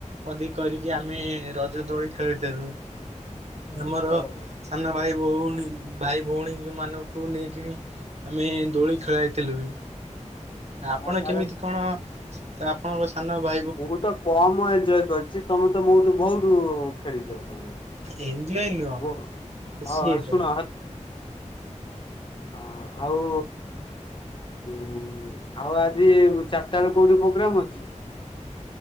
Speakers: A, on the right (about 60°); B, on the left (about 40°).
A: ବନ୍ଦି କରିକି ଆମେ ରଜ ଦୋଳି ଖେଳିଥିଲୁ। ଏମର
B: ଓହୋ
A: ସାନ ଭାଇ ଭଉଣୀ ଭାଇ ଭଉଣୀମାନଙ୍କୁ ନେଇକିଣି ଆମେ ଦୋଳି ଖେଳାଇଥିଲୁ ବି। ଆପଣ
B: ଆ ତାହେଲେ
A: କେମିତି କଣ ଆପଣଙ୍କ ସାନ ଭା
B: ମୁଁ ତ କମ ଏଞଜୟ କରିଛି ତମେ ତ ମୋଠୁ ବହୁତୁ ଖେଳିଛ ତମେ।
A: ଏନ୍ଜୟ ନୁହଁ
B: ବୋ
A: ଖୁସି
B: ହଁ
A: ହେଇଥିଲ।
B: ଶୁଣ ହଁ ଆଉ ହୁଁ ଆଉ ଆଜି ଚାରିଟା ବେଳେ କୋଉଠି ପ୍ରୋଗ୍ରାମ୍ ଅଛି?